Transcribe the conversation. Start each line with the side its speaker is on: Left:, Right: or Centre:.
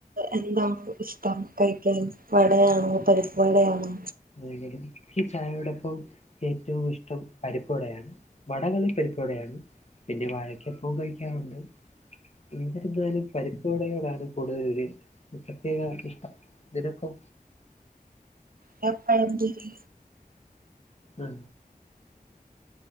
Right: എന്താണോ ഇഷ്ടം കഴിക്കാൻ വടയാണോ പരിപ്പ് വടയാണോ?
Left: എങ്ങനെ ഇക്ക് ചായയോടൊപ്പം. ഏറ്റവും ഇഷ്ടം പരിപ്പ് വടയാണ് വടകളിൽ പരിപ്പ് വടയാണ്. പിന്നെ വാഴക്കപ്പോം കഴിക്കാറുണ്ട്. എന്നിരുന്നാലും പരിപ്പുവടയോടാണ് കൂടുതല ഒരു പ്രത്യേക ഇഷ്ടം നിനക്കോ
Right: <unintelligible> പഴമ്പൊരി
Left: ആ